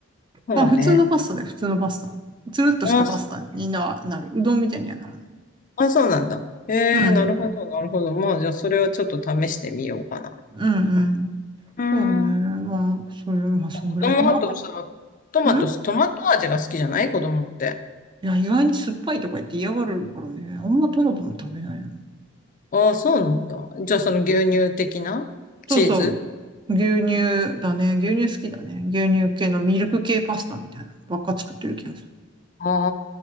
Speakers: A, on the left; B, on the right.
A: そうね。
B: まあ、普通のパスタだよ、普通のパスタ。つるっとしたパスタにな、
A: あ、そ
B: なる。うどんみたいにはならない。
A: あ、そうなんだ。ええなるほど、
B: うん。
A: なるほど。まあ、じゃあ、それはちょっと試してみようかな。
B: うんうん。
A: うーん。
B: そうね。まあ、それ、まあ、そんぐらいかな。
A: 子供はあとさ、トマト、
B: うん
A: トマト味が好きじゃない子供って。
B: いや、意外に酸っぱいとか言って嫌がるからね。あんまトマトも食べないな。
A: ああ、そうなんだ。じゃあ、その牛乳的なチーズ
B: そうそう。牛乳だね。牛乳好きだね。牛乳系のミルク系パスタみたいなのばっか作ってる気がする。
A: あ